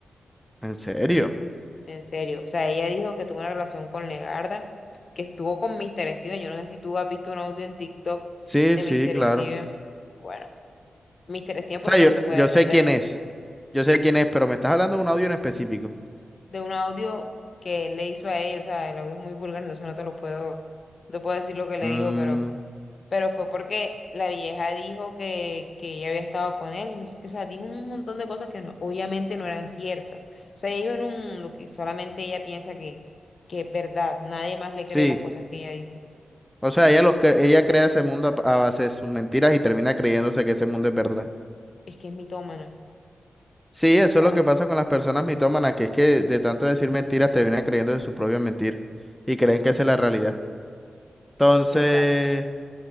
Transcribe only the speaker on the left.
en serio. O sea, ella dijo que tuvo una relación con Legarda, que estuvo con Mr. Steven. Yo no sé si tú has visto un audio en TikTok
de
Mr.
Steven. Bueno, Mr. Steven por
lo menos
se puede
defender
de un audio que él le hizo a ella, o sea, el audio es muy vulgar, entonces no te lo puedo, no puedo decir lo que le
dijo, pero, pero fue porque la vieja dijo que, que ella había estado con él, y no sé qué, o sea, dijo un montón de cosas que no- obviamente no eran ciertas. O sea, ella vive en un mundo que solamente ella piensa que, que es verdad, nadie más le cree
las cosas que ella dice.
Es que es mitómana,
o sea,
exacto.